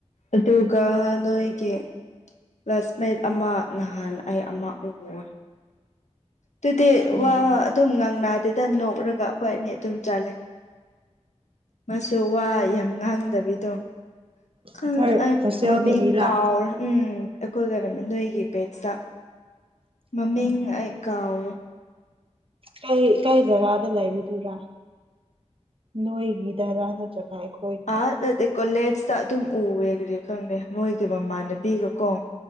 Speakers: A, on the left (about 75°); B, on the right (about 50°).
A: ꯑꯗꯨꯒ ꯅꯣꯢꯒꯤ ꯀ꯭ꯂꯥꯁꯃꯦꯠ ꯑꯃ ꯅꯍꯥꯟ ꯑꯩ ꯑꯃ ꯎꯌꯦ ꯑꯗꯨꯗꯤ
B: ꯀꯅꯥ
A: ꯋꯥ ꯑꯗꯨꯝ ꯉꯥꯡꯅꯗꯦꯗ ꯅꯣꯛꯔꯒ ꯈꯣꯏꯅꯤ ꯑꯗꯨꯝ ꯆꯠꯂꯦ ꯃꯁꯨ ꯋꯥ ꯌꯥꯝ ꯉꯥꯡꯗꯕꯤꯗꯣ
B: ꯑꯩꯈꯣꯏ
A: ꯈ <unintelligible> ꯑꯩ
B: ꯍꯣꯁꯇꯦꯜꯗꯒꯤꯔꯥ
A: ꯃꯃꯤꯡ ꯀꯥꯎꯔꯦ ꯎꯝ ꯑꯩꯈꯣꯏꯒ <unintelligible> ꯅꯣꯢꯒꯤ ꯕꯦꯖꯇ ꯃꯃꯤꯡ
B: ꯎꯝ
A: ꯑꯩ ꯀꯥꯎ
B: ꯀꯩ ꯀꯩ ꯖꯒꯥꯗ ꯂꯩꯕꯗꯨꯔꯥ ꯅꯣꯏꯒꯤ ꯗꯔꯥ ꯅꯠꯇ꯭ꯔꯒ ꯑꯩꯈꯣꯏꯒꯤ
A: ꯑꯥ ꯅꯠꯇꯦ ꯀꯣꯂꯦ ꯁꯇ ꯑꯗꯨꯝ ꯎꯋꯦ ꯑꯗꯨꯗꯤ ꯈꯪꯗꯦ ꯃꯣꯏꯒꯤ ꯃꯃꯥꯟꯅꯕꯤꯒꯀꯣ